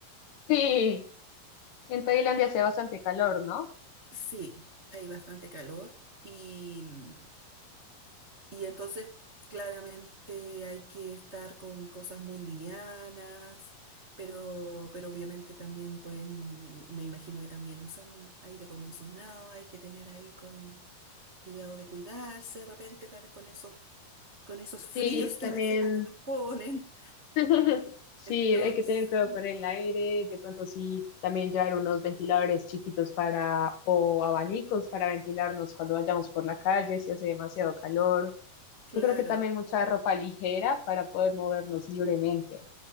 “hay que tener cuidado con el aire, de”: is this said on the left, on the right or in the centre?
Left